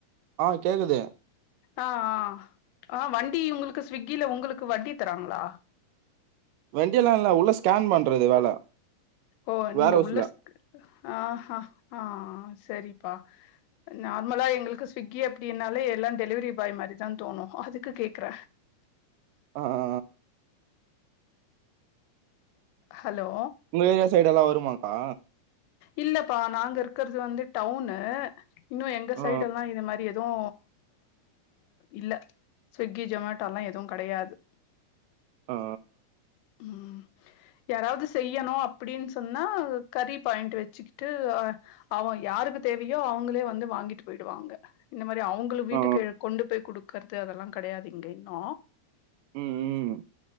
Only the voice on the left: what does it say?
ஆ ஆ ஆ வண்டி உங்களுக்கு ஸ்விகில உங்களுக்கு வண்டி தராங்களா
ஓ
நீங்க
உள்ள ஆ ஆ ஆ செரிப்பா நார்மலா எங்களுக்கு ஸ்விக்கி அப்டினாலே எல்லா டெலிவரி பாய் மாரி தா தோணு அதுக்கு கேக்கற
ஹலோ
இல்லப்பா நாங்க இருக்கற்து வந்து டவுனு இன்னு எங்க
சைடு எல்லா இது மாரி எது ஆ இல்ல ஸ்விக்கி ஜொமோட்டோ எல்லா எது கெடயாது
ம் யாராது செய்யணு அப்டின்னு சொன்னா கறி பாயிண்ட்டு வச்சுகிட்டு அ அவ யாருக்கு தேவையோ அவங்களே வந்து வாங்கிட்டு போயிடுவாங்க இந்த மாரி அவங்கள வீட்டுக்கு
கொண்டு போய் குடுக்கறது அதெல்லா கெடயாது இங்க இன்னு